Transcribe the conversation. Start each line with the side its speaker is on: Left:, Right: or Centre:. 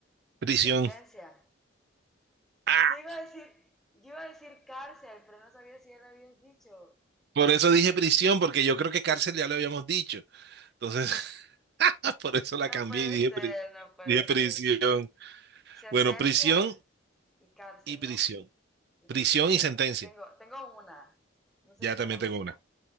Right: Prisión.
Centre: Sentencia.
Right: Ah,
Centre: Yo iba a decir, yo iba a decir cárcel, pero no sabía si ya lo habías dicho.
Right: por eso dije prisión, porque yo creo que cárcel ya lo habíamos dicho. Entonces, <laughs> por eso la
Centre: No
Right: cambié
Centre: puede
Right: y dije,
Centre: ser,
Right: pri-
Centre: no puede
Right: dije prisión.
Centre: ser. Sentencia
Right: Bueno, prisión
Centre: y cárcel,
Right: y prisión.
Centre: ¿no? Y
Right: Prisión
Centre: prisión. Ok,
Right: y sentencia.
Centre: tengo, tengo una. No sé
Right: Ya
Centre: si
Right: también
Centre: es la misma.
Right: tengo una.